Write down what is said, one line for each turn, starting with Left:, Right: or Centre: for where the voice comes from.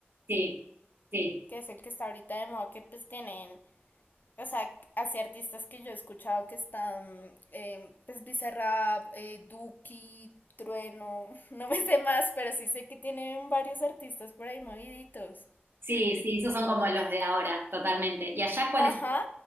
Right: Sí, sí,
Left: Que es el que está ahorita de moda, que pues tienen, o sea, así artistas que yo he escuchado que están, eh, pues Bizarrap, eh, Duki, Trueno, <laughs> no me sé más, pero sí sé que tienen varios artistas por ahí moviditos.
Right: sí, sí, esos son como los de ahora, totalmente. ¿Y allá cuáles,
Left: Ajá,